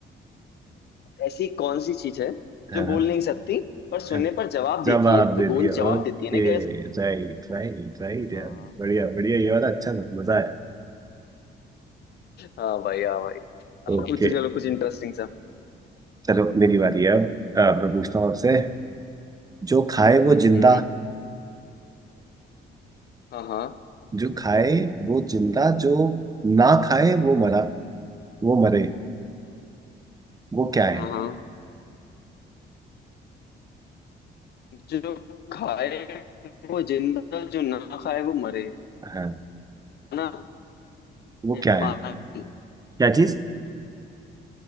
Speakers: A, on the left; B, on the right.
A: ऐसी कौन सी चीज है
B: हाँ
A: जो बोल नहीं सकती पर सुनने
B: हाँ
A: पर जवाब देती
B: जवाब
A: है तो
B: दे
A: गूंज
B: दिया
A: जवाब
B: ओके
A: देती है ना क्या ऐसे
B: राइट राइट राइट यार
A: हाँ
B: बढ़िया बढ़िया ये वाला अच्छा था मजा आया
A: हाँ भाई हाँ भाई आप
B: ओके
A: पूछो चलो कुछ इंटरेस्टिंग सा
B: चलो मेरी बारी है अब अब मैं पूछता हूँ आपसे जो खाए वो
A: हम्म
B: जिंदा
A: हाँ हाँ
B: जो खाए वो जिंदा जो ना खाए वो मरा वो मरे वो क्या है
A: हाँ हाँ जो खाए वो जिंदा जो ना खाए वो मरे
B: हाँ
A: खाना
B: वो
A: या
B: क्या है
A: पानी
B: क्या चीज